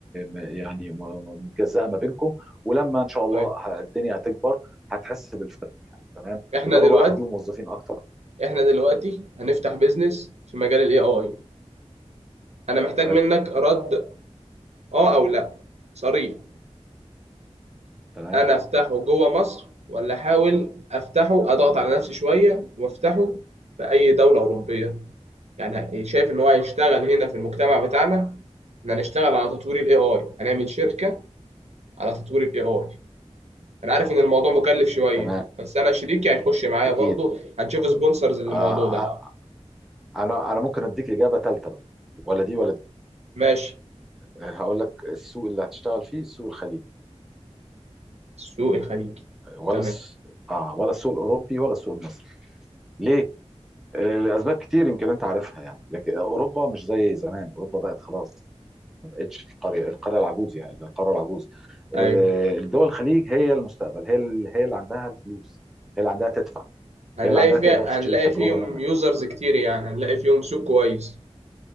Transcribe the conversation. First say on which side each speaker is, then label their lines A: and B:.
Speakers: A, in the centre; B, on the right (about 70°).
A: م- يعني م- م- متجزأه ما بينكم ولما ان شاء الله
B: طيب
A: ه- الدنيا هتكبر هتحس بالفرق يعني تمام
B: احنا
A: تقدروا
B: دلوقتي
A: بقى هتجيبوا موظفين اكتر
B: احنا دلوقتي هنفتح بيزنس في مجال الاي اي انا محتاج
A: حلو
B: منك رد اه او لا صريح
A: تمام
B: انا افتحه جوه مصر ولا احاول افتحه اضغط على نفسي شويه وافتحه في اي دوله اوروبيه يعني شايف ان هو هيشتغل هنا في المجتمع بتاعنا ان هنشتغل على تطوير الاي اي هنعمل شركه على تطوير الاي اي انا عارف ان الموضوع مكلف شويه
A: تمام
B: بس انا شريكي هيخش معايا
A: اكيد
B: برضه هنشوف سبونسرز للموضوع
A: آه
B: ده
A: آه، انا انا ممكن اديك اجابه ثالثه بقى ولا دي ولا دي
B: ماشي
A: آه، هقول لك السوق اللي هتشتغل فيه السوق الخليجي
B: السوق الخليجي
A: ولا
B: تمام
A: الس... اه ولا السوق الاوروبي ولا السوق المصري ليه لاسباب كتير يمكن انت عارفها يعني لكن اوروبا مش زي زمان اوروبا بقت خلاص ما بقتش القريه القريه العجوز يعني القاره العجوز آه،
B: ايوه
A: الدول الخليج هي المستقبل هي ال- هي اللي عندها الفلوس هي اللي عندها تدفع
B: هنلاقي
A: هي اللي عندها
B: فيها
A: تقدر تشتري
B: هنلاقي
A: التجربه
B: فيهم
A: منك
B: يوزرز كتير يعني هنلاقي فيهم سوق كويس